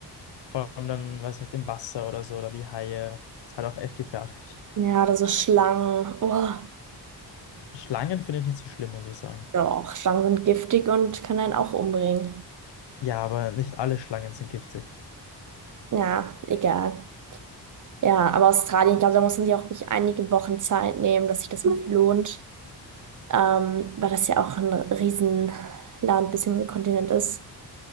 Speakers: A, on the left (about 80°); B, on the right (about 50°).
A: Vor allem dann, weiß ich, im Wasser oder so, dann die Haie. Ist halt auch echt gefährlich.
B: Ja, oder so Schlangen. Oh,
A: Schlangen finde ich nicht so schlimm, muss ich sagen.
B: doch, Schlangen sind giftig und können einen auch umbringen.
A: Ja, aber nicht alle Schlangen sind giftig.
B: Ja, egal. Ja, aber Australien, ich glaube, da muss man sich auch wirklich einige Wochen Zeit nehmen, dass sich das wirklich Mhm. lohnt. Ähm, weil das ja auch ein Riesenland bzw. Kontinent ist.